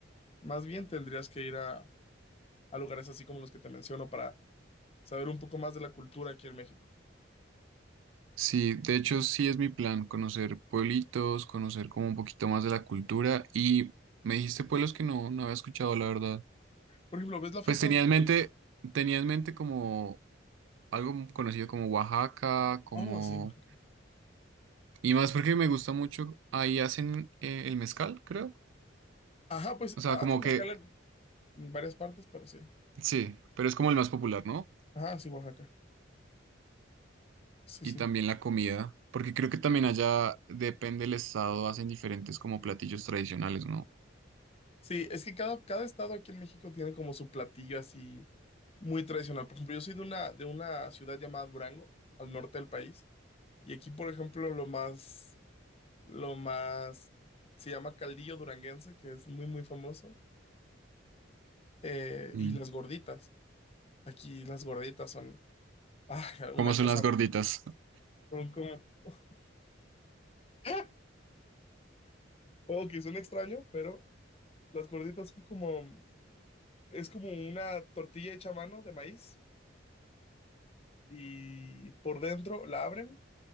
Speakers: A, on the left; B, on the right.
A: más bien tendrías que ir a, a lugares así como los que te menciono para saber un poco más de la cultura aquí en México.
B: Sí, de hecho sí es mi plan, conocer pueblitos, conocer como un poquito más de la cultura y me dijiste pueblos que no, no había escuchado, la verdad.
A: Por ejemplo, ¿ves la foto
B: Pues tenía
A: donde
B: en
A: estoy?
B: mente, tenía en mente como algo conocido como Oaxaca, como...
A: Oh, sí. Oaxaca.
B: Y más porque me gusta mucho, ahí hacen eh, el mezcal, creo.
A: Ajá, pues
B: O sea,
A: hacen
B: como que
A: escala en en varias partes, pero sí.
B: sí, pero es como el más popular, ¿no?
A: Ah, sí, Oaxaca. Sí,
B: Y
A: sí.
B: también la comida, porque creo que también allá, depende del estado, hacen diferentes como platillos tradicionales, ¿no?
A: Sí, es que cada, cada estado aquí en México tiene como su platillo así muy tradicional. Por ejemplo, yo soy de una, de una ciudad llamada Durango, al norte del país. Y aquí, por ejemplo, lo más, lo más, se llama caldillo duranguense, que es muy, muy famoso. Eh,
B: Mm,
A: y las gorditas. Aquí las gorditas son, ah, una
B: Como son
A: cosa,
B: las gorditas.
A: son como, <laughs> ¡ah! oh, que suena extraño, pero las gorditas son como, es como una tortilla hecha a mano de maíz y por dentro la abren